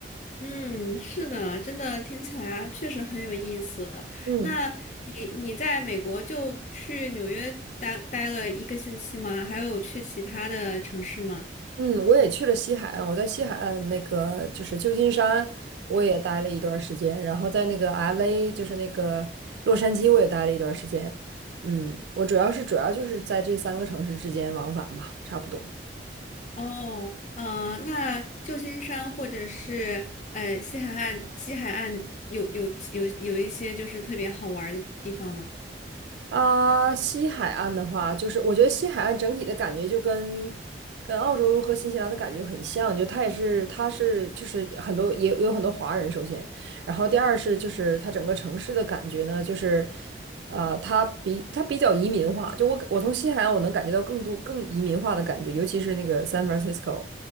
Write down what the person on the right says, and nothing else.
嗯。
嗯，我也去了西海岸，我在西海岸那个就是旧金山，我也待了一段儿时间，然后在那个 LA，就是那个洛杉矶，我也待了一段儿时间。嗯，我主要是主要就是在这三个城市之间往返吧，差不多。
啊，西海岸的话，就是我觉得西海岸整体的感觉就跟跟澳洲和新西兰的感觉很像，就它也是，它是就是很多也有很多华人，首先，然后第二是就是它整个城市的感觉呢，就是呃，它比它比较移民化，就我我从西海岸我能感觉到更多更移民化的感觉，尤其是那个 San Francisco，